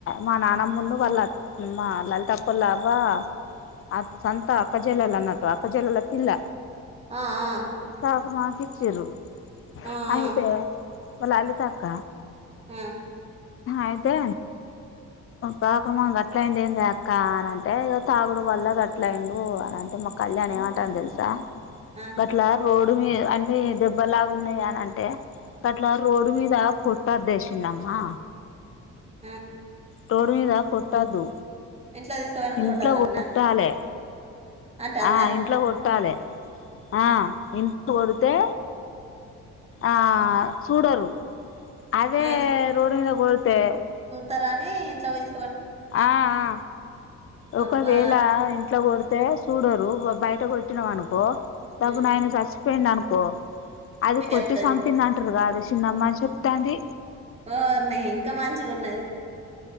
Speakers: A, on the left; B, on the right.
A: మా నానమ్మం వాళ్ళుమా అల్ తప్పల్ల అవ్వ అ సంత అక్కజల ఎలా అన్నట్టు అక్కజల ఎలా తిల్ల
B: ఆ ఆ
A: క మచిండ్లు
B: ఆ
A: అయితే
B: ఆ
A: మా లలిత అక్క
B: హ్మ్మ్
A: అయితేా కాకమల్లు అట్ల అయిండేందే అక్క అని అంటే ఇగ తాగుడు వల్ల అట్లాండు అ అంటే మా కళ్యాణ్ ఏమంటా తెలుసా
B: ఆ
A: అట్లా రోజ ఇప్పుడు మీ అన్నిీ దెబ్బలాగా ఉన్నాయి అని అంటే అట్లా రోడ్ మీద కొట్టాట్టేసిందమ్మా
B: ఆ
A: రోడ్డు మీద కొట్టదు
B: ఇంట్లో తీసుకపోయినంక
A: ఇంట్లో
B: కొట్టాలటనా
A: కొట్టాలె
B: అంటాందా
A: ఆ ఇంట్లో కొట్టాలె ఆ ఇంట్ కొడితే ఆ సూడరు అదే
B: ఆ
A: రోడ్డు మీద కొడితే
B: తరాని ఇంట్ల పోయ్
A: ఆ ఆ ఒకవేళ
B: అబ్బా
A: ఇంట్లో కొడితే సూడరు ఓ బయట కొట్టినాం అనుకో తగు
B: ఉమ్,
A: నాయన చచ్చిపోయిండనుకో అది కొట్టి
B: ఎత్తది
A: చంపిందంటరుగా ఉంటుంది చిన్నమ్మ చెప్తంది
B: ఓర్నీ ఇంకా మంచిగున్నది